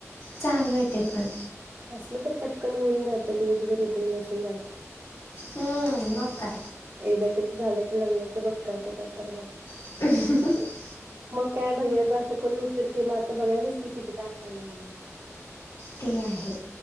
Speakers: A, on the left (about 80°); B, on the right (about 70°).
A: चालू हाय ते पण
B: असलं तर पटकन होऊन जातय तुझ तुझ रुटीन बसून जातंय.
A: हम्म मग काय
B: एकदा त्याच झालं की लग्नाच बघता येतय काय तर मग
A: <unintelligible>
B: मग काय भैयाचा असं करून उशीर केला आता बघायलास की किती ताप व्हाय लागलाय
A: ते आहे.